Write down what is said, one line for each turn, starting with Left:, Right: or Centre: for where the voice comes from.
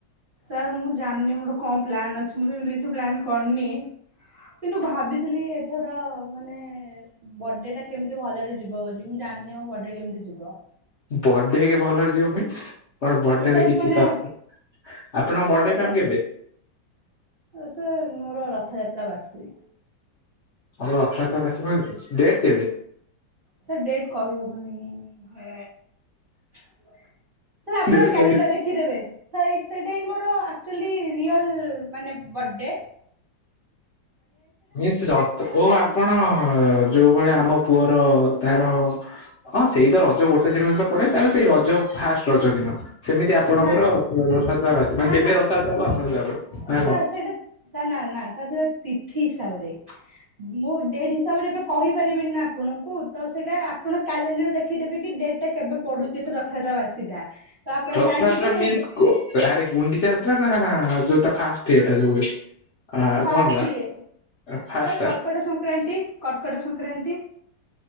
Right: ସାର୍ ମୁଁ ଜାଣିନି ମୋର କଣ ପ୍ଲାନ୍ ଅଛି? ମୁଁ ତ ଏମିତି କିଛି ପ୍ଲାନ୍ କରିନି। କିନ୍ତୁ ଭାବିଥିଲି ଏଥର ମାନେ ବର୍ଡେଟା କେମିତି ଭଲରେ ଯିବ ବୋଲି? ମୁଁ ଜାଣିନି ବର୍ଡେ କେମିତି ଯିବ?
Left: ବର୍ଥଡେ ଭଲରେ ଯିବ ମିନ୍ସ? କଣ ବର୍ଡେ
Right: ସାର୍
Left: ରେ କିଛି
Right: ମାନେ
Left: ସରପ୍ରାଇଜ, ଆପଣଙ୍କ
Right: ସାର୍
Left: ବର୍ଥଡେ ପ୍ଲାନ କେବେ?
Right: ସେ ମୋର ରଥଯାତ୍ରା ବାସି।
Left: ଆଉ କଣ ରଥଯାତ୍ରା ବାସୀ କହିବୁ, ଡେଟ୍ କେବେ?
Right: ସେ ଡେଟ କହି ହଉନି ହେ କଙ୍କ ଅପା
Left: ଡେଟ୍
Right: କ୍ୟାଲେଣ୍ଡର
Left: କହି
Right: ଦେଖ ଲେଖିଦେବେ? ସେଇ ସେଇଟା ହିଁ ମୋର ଆକଚୁଆଲି ରିଅଲ ମାନେ ବର୍ଡେ। <inaudible>
Left: ମିସ୍ ରଥ ଓହୋ
Right: କ୍ୟା
Left: ଆପଣ ଯୋଉ ଭଳିଆ ଆମ ପୁଅର ତାର ହଁ ସେଇ ତ ରଜ ଗୋଟେ ଦିନ ହି ତ ପଡେ। ତାହେଲେ ସେଇ ରଜ ଫାଷ୍ଟ ରଜ ଦିନ। ସେମିତି ଆପଣଙ୍କର
Right: ନା
Left: ରଥଯାତ୍ରା ବାସୀ। ମାନେ
Right: ନା
Left: ଯେବେ ରଥଯାତ୍ରା ହବ ଆପଣ <unintelligible>
Right: ନା ସାର
Left: କଣ?
Right: ସେଇଟା ସାର ନା ନା ସେଇଟା ତିଥି ହିସାବରେ। ମୁଁ ଡେଟ୍ ହିସାବରେ ଏବେ କହିପାରିବିନି ନା ଆପଣଙ୍କୁ ତ ସେଇଟା ଆପଣ କ୍ୟାଲେଣ୍ଡର ଦେଖ ରଖିଦେବି କି ଡେଟ୍ ଟା କେବେ ପଡୁଚି ଏଥର ରଥଯାତ୍ରା ବାସୀଟା। ତ ଆପଣ
Left: ରଥଯାତ୍ରା
Right: ଜାଣିବେ କି ସେ
Left: ମିନ୍ସ
Right: ଡେ
Left: କୋ ଆରେ ଗୁଣ୍ଡିଚାଯାତ୍ରା ନା ଯୋଉ ତା ଫାଷ୍ଟ ଇଏଟା ଯୋଉ ଆ
Right: ଫାଷ୍ଟ
Left: କଣ ବା
Right: ଇଏ।
Left: ଫାଷ୍ଟ
Right: ସାର୍
Left: ଟା?
Right: କର୍କଟ ସଂକ୍ରାନ୍ତି -କର୍କଟ ସଂକ୍ରାନ୍ତି।